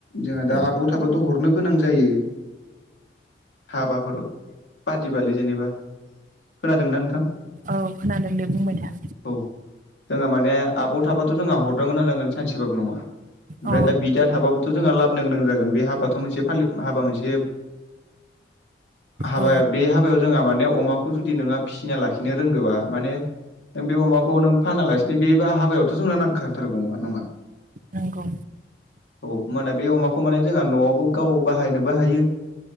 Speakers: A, on the left (about 85°); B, on the right (about 50°).
A: जोंहा
B: औ
A: दा आब' थाबथ' हरनो गोनां जायो। हाबाफोर पाथिबालि जेनेबा खोनादोंना नोंथां?
B: औ खोनादों दे बुंबाय था।
A: औ जोंहा माने आब' थाबाथ' जोंहा हरनो गोनां जागोन सानसेबाबो नङा। ओमफ्राय
B: अ
A: दा बिदा थाबाबोथ' जोंहा लाबोननो गोनां जागोन बे हाबाथ' मोनसे फालि हाबा मोनसे हाबाया
B: औ
A: बे हाबायाव जोंहा माने अमाखौ जुदि नोंहा फिना लाखिनो रोंदोंबा माने नों बे अमाखौ नों फानालासिनो बेा हाबायावथ' जोंना नांथारथारगौ अमा नङा
B: नोंगौ।
A: औ होनाना बे अमाखौ माने जोंहा न'आवबो गाव बाहायनोबो हायो।